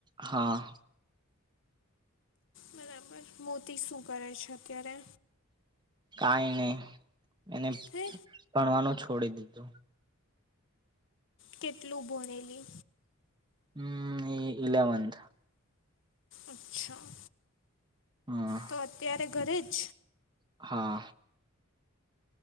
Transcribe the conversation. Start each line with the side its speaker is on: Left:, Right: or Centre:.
Right: હા.
Left: બરાબર મોતી શું કરે છે અત્યારે
Right: કઈ નહી એને
Left: હે
Right: ભણવાનું છોડી દીધું.
Left: કેટલું ભણેલી
Right: હમ એ ઇલેવનથ.
Left: અચ્છા
Right: હા
Left: તો અત્યારે ઘરે જ
Right: હા